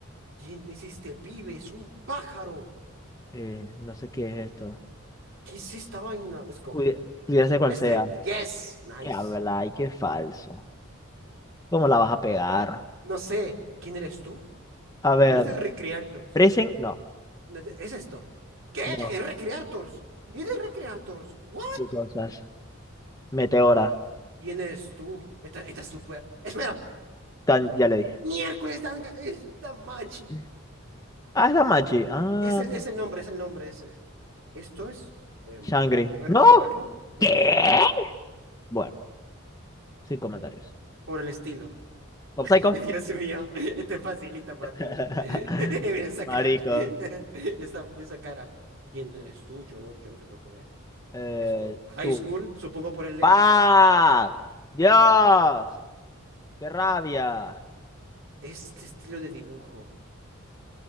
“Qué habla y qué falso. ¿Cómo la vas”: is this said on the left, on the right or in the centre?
Left